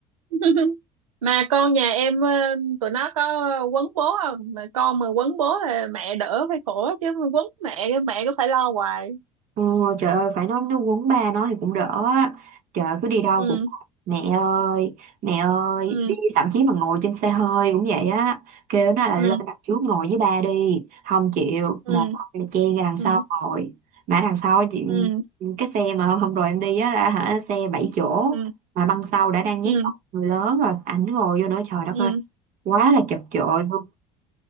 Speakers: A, on the right; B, on the right.
A: <laughs> mà con nhà em ờ, tụi nó có quấn bố không mà con mà quấn bố là mẹ đỡ phải khổ chứ mà quấn mẹ cái mẹ cứ phải lo hoài
B: Ồ, trời ơi phải nói nó quấn ba nó thì cũng đỡ á. Trời ơi, cứ đi đâu
A: ừ
B: cũng mẹ ơi mẹ ơi
A: ừ
B: đi thậm chí mà ngồi trên xe hơi cũng vậy á kêu nó là
A: ừ
B: lên đặt trước ngồi với ba đi không chịu
A: ừ
B: một là chen ra đằng sau
A: ừ
B: ngồi mà đằng sau chị
A: ừ
B: cái xe mà hôm hôm rồi em đi á là hả xe bảy chỗ
A: ừ
B: mà băng sau đã đang nhét
A: ừ
B: người lớn rồi ảnh ngồi vô nữa trời đất
A: ừ
B: ơi quá là chật chội luôn